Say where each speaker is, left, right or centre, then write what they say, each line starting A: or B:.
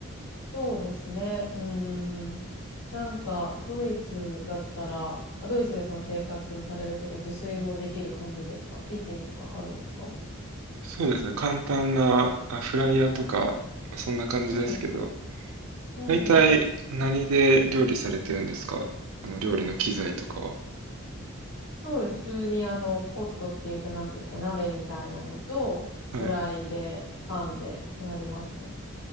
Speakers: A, on the left; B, on the right.
A: そうですね。うんうんうん。なんか、ドイツだったら、あ、ドイツでその生活されるときは自炊もできる感じですかキッチンとかあるんですか
B: そうですね。簡単なあフライヤーとか、まあ、そんな感じですけど、
A: うんうん。うんうん。
B: 大体何で料理されてるんですかあの料理の機材とかは。
A: そうです。普通にあの、ポットっていうか何ですか、鍋みたいなのと、フライで、
B: はい。
A: パンでやりますね。